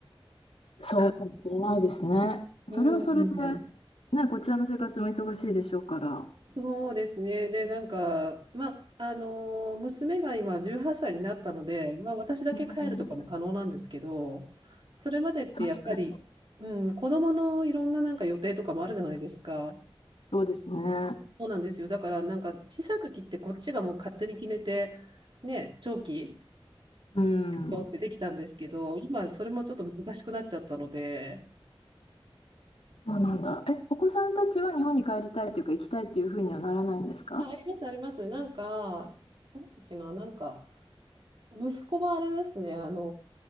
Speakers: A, on the left (about 85°); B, on the right (about 55°).
A: そうかもしれないですね。
B: うん、
A: それはそれでね、こちらの生活も忙しいでしょうから。
B: そうですね。で、なんか、まあ、あの娘が今18歳になったので、まあ、私だけ帰るとかも可能なんですけど、
A: うん、
B: それまでってやっぱり、
A: 確かに。
B: うん、子供のいろんななんか予定とかもあるじゃないですか。
A: そうですね。
B: そうなんですよ。だからなんか小さい時ってこっちがもう勝手に決めて、ね、長期
A: うん。
B: よってできたんですけど、今それもちょっと難しくなっちゃったので、
A: そうなんだ。え、お子さんたちは日本に帰りたいというか、行きたいっていうふうにはならないんですか
B: あ、あります、あります。なんか、なんだっけな、なんか、息子はあれですね、あの